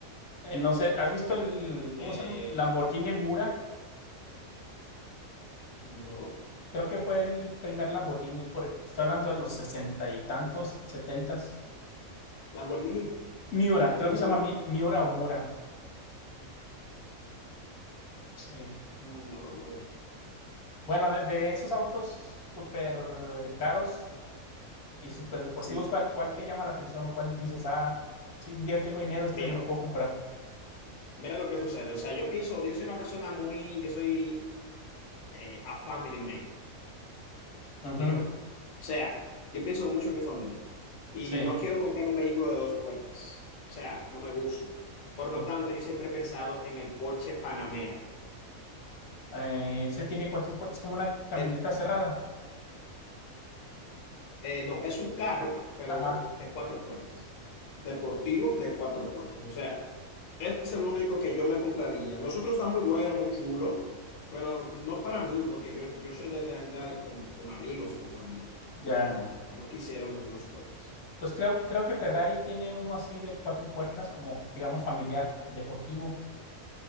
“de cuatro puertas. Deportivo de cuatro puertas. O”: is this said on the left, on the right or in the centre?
Left